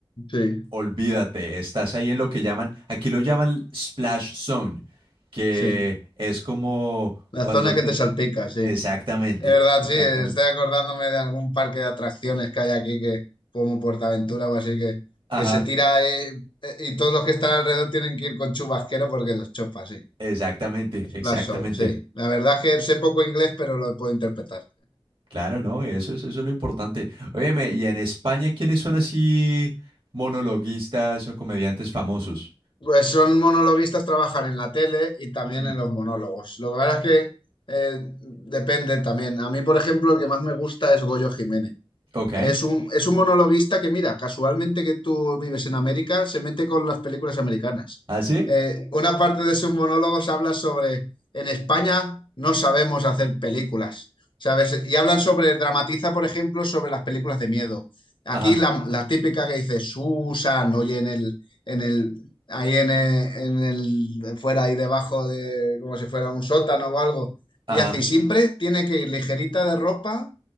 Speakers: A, on the left; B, on the right.
A: sí,
B: olvídate, estás ahí en lo que llaman, aquí lo llaman splash zone, que
A: sí.
B: es como
A: La
B: cuando
A: zona
B: te-
A: que te salpica, sí.
B: Exactamente,
A: Es verdad,
B: exactamente.
A: sí, estoy acordándome de algún parque de atracciones que hay aquí, que, como Portaventura o así, que,
B: Ajá,
A: que se tira eh, eh, y todos los que están alrededor tienen que ir con chubasquero porque los chopa, sí.
B: exactamente,
A: Splash
B: exactamente.
A: Zone, sí. La verdad es que sé poco inglés, pero lo puedo interpretar.
B: Claro, no, eso es, eso es lo importante. Óyeme, ¿y en España quiénes son así monologuistas o comediantes famosos?
A: Pues son monologuistas, trabajan en la tele y también
B: Mm,
A: en los monólogos. Lo que pasa es que eh, depende también. A mí, por ejemplo, el que más me gusta es Goyo Jiménez.
B: ok,
A: Es un, es un monologuista que, mira, casualmente que tú vives en América, se mete con las películas americanas.
B: ¿así?
A: Eh, una parte de sus monólogos habla sobre, en España no sabemos hacer películas, ¿sabes? Y hablan sobre, dramatiza, por ejemplo, sobre las películas de miedo. Aquí
B: Ajá.
A: la, la típica que dice Susan, oye, en el, en el, ahí en el, en el- fuera ahí debajo de, como si fuera un sótano o algo.
B: Ajá.
A: Y así siempre tiene que ir ligerita de ropa